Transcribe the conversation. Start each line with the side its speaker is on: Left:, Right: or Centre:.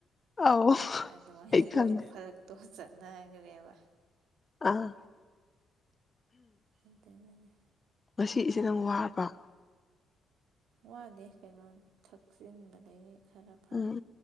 Left: ꯑꯧ
Right: ꯑꯗꯨꯃꯥꯏꯅ
Left: ꯑꯩ ꯈꯪꯉꯦ
Right: ꯂꯣꯏꯅ ꯐꯔꯛꯇꯣ ꯆꯅꯥꯒꯔꯦꯕ
Left: ꯑꯥ
Right: ꯑꯗꯨꯗꯦꯅꯦꯅꯤ
Left: ꯉꯁꯤ ꯏꯆꯦ ꯅꯪ ꯋꯥꯕꯔꯣ
Right: ꯋꯥꯗꯦ ꯀꯩꯅꯣ ꯊꯛꯆꯤꯟꯕꯗꯒꯤ ꯈꯔ ꯐꯔꯦ
Left: ꯎꯝ